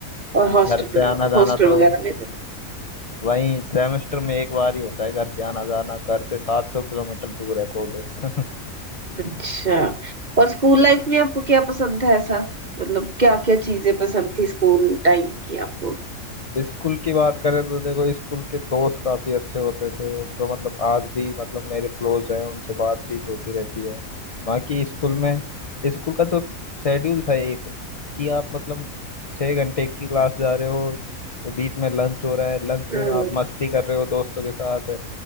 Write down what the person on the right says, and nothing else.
और हॉस्टल
हॉस्टल
वगैरह में रहना।
अच्छा और स्कूल लाइफ में आपको क्या पसंद था ऐसा मतलब क्या क्या चीजें पसंद थी स्कूल टाइम की आपको
हम्म।